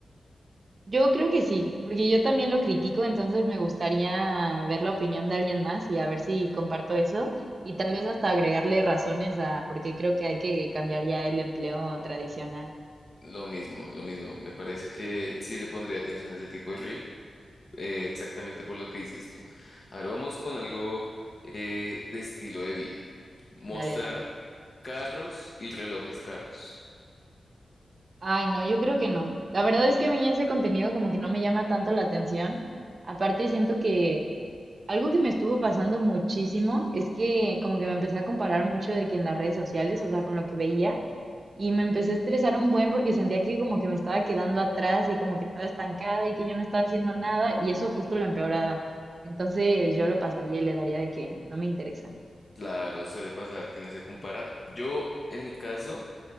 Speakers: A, on the right (about 55°); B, on the left (about 45°).
A: Yo creo que sí, porque yo también lo critico, entonces me gustaría ver la opinión de alguien más y a ver si comparto eso y tal vez hasta agregarle razones a por qué creo que hay que cambiar ya el empleo tradicional.
B: Lo mismo, lo mismo. Me parece que sí le pondría atención a ese tipo de reel, eh, exactamente por lo que dices tú. A ver, vamos con algo eh, de estilo de vida. Mostrar
A: Dale, dale.
B: carros y relojes caros.
A: Ay, no, yo creo que no. La verdad es que a mí ese contenido como que no me llama tanto la atención. Aparte, siento que algo que me estuvo pasando muchísimo es que como que me empecé a comparar mucho de que en las redes sociales, o sea, con lo que veía, y me empecé a estresar un buen porque sentía que como que me estaba quedando atrás y como que estaba estancada y que yo no estaba haciendo nada, y eso justo lo empeoraba. Entonces yo lo pasaría y le daría de que no me interesa.
B: Claro, suele pasar que no se compara. Yo, en mi caso,